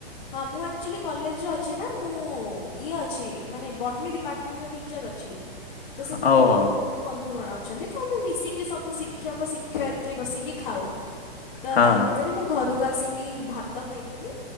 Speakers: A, on the left (about 50°); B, on the left (about 85°).
A: ହଁ ମୁଁ ଆଚୁଲି କଲେଜରେ ଅଛି। ଅଛି ନା ମୁଁ ଇଏ ଅଛି ମାନେ ବଟନୀ ଡିପାର୍ଟମେଣ୍ଟର ଟିଚର୍ ଅଛି। ତ ସେଥିପାଇଁ
B: ହଉ
A: କି
B: ହଉ
A: ଆମର ବହୁତ ବନ୍ଧୁଗଣ ଅଛନ୍ତି ତ ଆମେ ମିଶିକି ସବୁ ଶିକ୍ଷକ ଶିକ୍ଷୟିତ୍ରୀ ବସିକି ଖାଉ। ତ
B: ହଁ
A: ତା ଭିତରେ ମୁଁ ଘରକୁ ଆସିକି ଭାତ ଖାଇଥିଲି